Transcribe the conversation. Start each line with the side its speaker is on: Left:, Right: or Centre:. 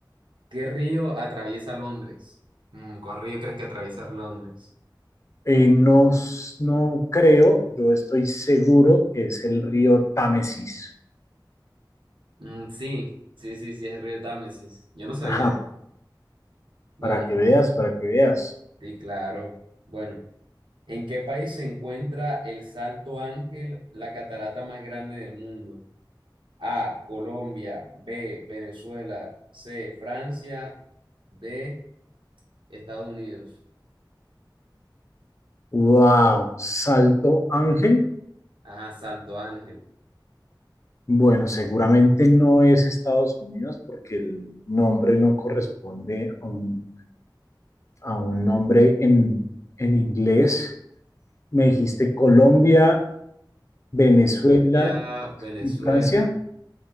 Right: ¿Qué río atraviesa Londres? Mm, ¿cuál río crees que atraviesa Londres?
Left: Eh, no, s- no creo, yo estoy seguro que es el río Támesis.
Right: Mm, sí, sí, sí, sí, es el río Támesis. Yo no sabía.
Left: Ajá,
Right: Bueno,
Left: para que veas, para que veas.
Right: sí, claro. Bueno, ¿en qué país se encuentra el Salto Ángel, la catarata más grande del mundo? A, Colombia, B, Venezuela, C, Francia, D, Estados Unidos.
Left: Wow, Salto Ángel.
Right: Ajá, Salto Ángel.
Left: Bueno, seguramente no es Estados Unidos porque el nombre no corresponde a un, a un nombre en, en inglés. Me dijiste Colombia, Venezuela
Right: Ya, Venezuela,
Left: y Francia.